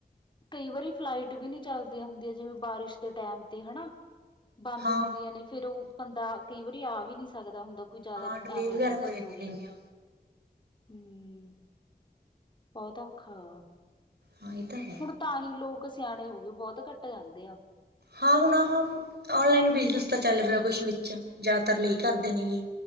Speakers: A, on the left; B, on the right.
A: ਕਈ ਵਾਰੀ ਫਲਾਈਟ ਵੀ ਨਹੀਂ ਚੱਲਦੀਆਂ ਹੁੰਦੀਆਂ ਜਿਵੇਂ ਬਾਰਿਸ਼ ਦੇ ਟੈਮ ਤੇ ਹਨਾ। ਬੰਦ
B: ਹਾਂ
A: ਹੁੰਦੀਆਂ ਨੇ ਫੇਰ ਉਹ ਬੰਦਾ ਕਈ ਵਾਰੀ ਆ ਵੀ ਨਹੀਂ ਸਕਦਾ ਹੁੰਦਾ। ਕੋਈ ਜ਼ਿਆਦਾ
B: ਹਾਂ ਡਿਲੇ
A: ਐਮਰਜੈਂਸੀ
B: ਵਗੈਰਾ ਹੋ ਜਾਂਦੀਆਂ
A: ਹੋਵੇ
B: ਨੇਗੀਆਂ
A: ਹੂ ਬਹੁਤਾ ਔਖਾ
B: ਹਾਂ ਇਹ ਤਾਂ ਹੈ
A: ਹੁਣ ਤਾਂ ਹੀ ਲੋਕ ਸਿਆਣੇ ਹੋ ਗਏ ਬਹੁਤ ਘੱਟ ਜਾਂਦੇ ਆ
B: ਹਾਂ ਹੁਣ ਆ ਔਨਲਾਈਨ ਬਿਜਨਸ ਤਾਂ ਚੱਲ ਰਿਹਾ ਕੁਛ ਵਿੱਚ ਜ਼ਿਆਦਾਤਰ ਕਰਦੇ ਨਹੀਂ